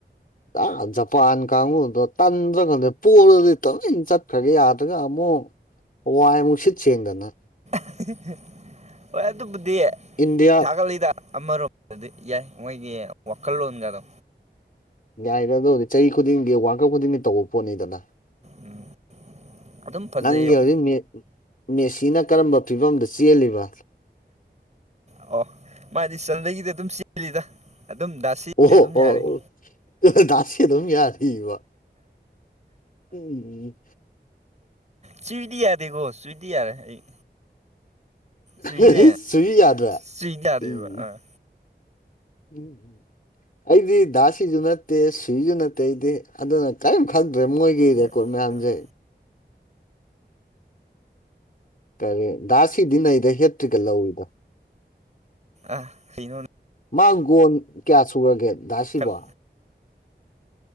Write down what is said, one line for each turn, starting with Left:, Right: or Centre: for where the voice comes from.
Left: ꯑ ꯖꯄꯥꯟ ꯀꯥꯡꯕꯨꯨꯗꯣ ꯇꯟꯗ꯭ꯔ ꯈꯪꯗ꯭ꯔꯦ ꯄꯣꯂꯗꯤ ꯇꯧ ꯆꯠꯈ꯭ꯔꯒ ꯌꯥꯗ꯭ꯔꯒ ꯑꯃ ꯑꯃ ꯋꯥꯏꯃꯨꯛ ꯁꯤꯠ ꯁꯦꯡꯗꯅ
Right: <unintelligible> ꯍꯣꯏ ꯑꯗꯨꯕꯨꯗꯤ
Left: ꯏꯟꯗꯤꯌꯥ
Right: ꯊꯥꯒꯠꯂꯤꯗ ꯑꯃꯔꯣꯝꯗꯗꯤ ꯌꯥꯏ ꯃꯣꯏꯒꯤ ꯀꯜꯂꯂꯣꯟꯟ ꯀꯗ
Left: ꯌꯥꯏꯔꯦ ꯑꯗꯨꯕꯨꯗꯤ ꯆꯍꯤ ꯈꯨꯗꯤꯡꯒꯤ ꯋꯥꯔꯀꯞ ꯈꯨꯗꯤꯡꯒꯤ ꯇꯧꯕ ꯄꯣꯠꯅꯤꯗꯅ
Right: ꯎꯝ ꯑꯗꯨꯝ ꯐꯖꯩ
Left: ꯅꯪꯒꯤ ꯍꯧꯖꯤꯛ ꯃꯦꯁꯤꯅ ꯀꯔꯝꯕ ꯐꯤꯕꯝꯗ ꯆꯦꯜꯂꯤꯕ
Right: ꯑꯣ ꯃꯥꯗꯤ ꯆꯟꯒꯤꯗꯤ ꯑꯗꯨꯝ ꯆꯦꯜꯂꯤꯗ ꯑꯗꯨꯝ ꯗꯥꯁꯤꯗꯤ
Left: ꯑꯣ
Right: ꯑꯗꯨꯝ ꯌꯥꯔꯤ
Left: ꯑꯣꯣ ꯑꯣ ꯂꯁꯤ ꯑꯗꯨꯝ ꯌꯥꯗꯕ ꯎꯝ
Right: ꯆ꯭ꯏꯗꯤ ꯌꯥꯗꯦꯀꯣ ꯆ꯭ꯏꯗꯤ ꯌꯥꯔꯦ ꯑꯩ ꯆꯨꯏꯅꯦ
Left: ꯎ ꯁꯨꯏ ꯌꯥꯗ꯭ꯔ
Right: ꯆꯨꯏꯗꯤ ꯌꯥꯗꯦꯕ
Left: ꯎꯝ
Right: ꯑꯥ
Left: ꯎꯝ ꯎꯝ ꯑꯩꯗꯤ ꯗꯥꯁꯤꯁꯨ ꯅꯠꯇꯦ ꯁꯨꯏꯁꯨ ꯅꯠꯇꯦ ꯑꯩꯗꯤ ꯑꯗꯨꯅ ꯀꯔꯤꯝ ꯈꯪꯗ ꯃꯣꯏꯒꯤ
Right: ꯑꯩꯈꯣꯏ
Left: ꯔꯦꯀꯣꯔꯠ ꯃꯌꯥꯝꯁꯩ ꯀꯔꯤ ꯗꯥꯁꯤꯗꯤ ꯅꯩꯗ ꯍꯦꯠꯇ꯭ꯔꯤꯒ ꯂꯧꯏꯗꯣ
Right: ꯑꯩꯅꯣ
Left: ꯃꯥꯒꯣꯟ ꯀꯌꯥ ꯁꯨꯔꯒꯦ ꯥꯁꯤꯕꯣ
Right: ꯈꯔ